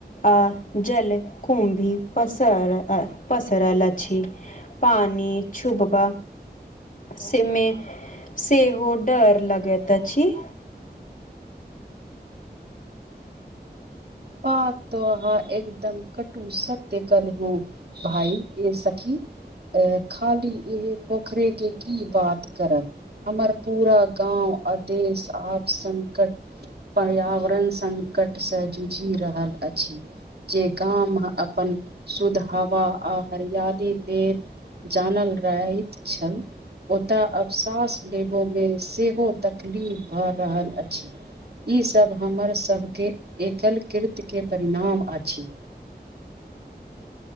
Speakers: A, on the left; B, on the right.
A: आ जल कुम् भी, पसर पसरल अछि। पानि छुभबा सेमे, सेहो डर लगैत अछी।
B: बात तो अहाँ एकदम कटूससत्य कहली। ओ भाइ ए सखी! अ खाली ई पोखरे के की बात करब। हमर पूरा गाँव आदेश आप सङ्कट। पर्यावरण संकट सँ जू जी रहल अछि, जे गाम अपन शुद्ध हवा आ हरियाली लेल जानल रहैत छल। ओतय अब सास लेबोमे, सेहो तकलीफ भऽ रहल अछि। ई सब हमर सबके केल कृतके, परिणाम अछि।